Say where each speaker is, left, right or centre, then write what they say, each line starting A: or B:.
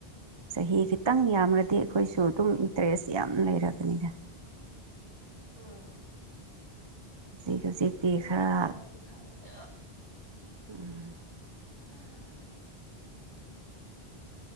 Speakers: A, on the right; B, on the right.
A: ꯆꯍꯤ ꯈꯤꯇꯪ ꯌꯥꯝꯔꯗꯤ ꯑꯩꯈꯣꯏꯁꯨ ꯑꯗꯨꯝ ꯏꯟꯇꯔꯦꯁ ꯌꯥꯝ ꯂꯩꯔꯕꯅꯤꯅ
B: ꯑꯥ
A: ꯍꯧꯖꯤꯛ ꯍꯧꯖꯤꯛꯇꯤ
B: ꯑꯗꯨꯃꯥꯏꯅ
A: ꯈꯔ
B: ꯇꯧꯔꯗꯤ ꯐꯔꯅꯤ
A: ꯎꯝ
B: ꯎꯝ